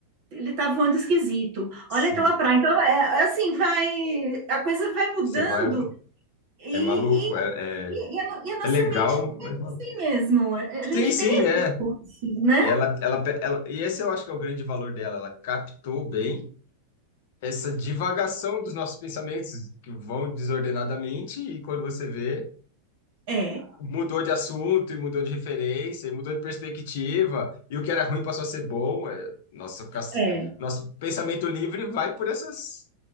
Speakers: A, on the right (about 45°); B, on the left (about 50°).
A: ele tá voando esquisito,
B: Sim,
A: olha aquela praia, então, é, é assim, vai, a coisa vai mudando
B: você vai.
A: e,
B: É maluco,
A: e,
B: é,
A: e,
B: é,
A: e a, no- e a nossa
B: é legal,
A: mente
B: mas.
A: é assim mesmo, a gente
B: Sim, sim,
A: tem esse
B: é.
A: curso, né?
B: Ela, ela, pe- ela, e esse eu acho que é o grande valor dela. Ela captou bem essa divagação dos nossos pensamentos que vão desordenadamente e quando você vê,
A: É,
B: mudou de assunto e mudou de referência e mudou de perspectiva e o que era ruim passou a ser bom. É, nossa, fica-
A: é,
B: nosso pensamento livre vai por essas,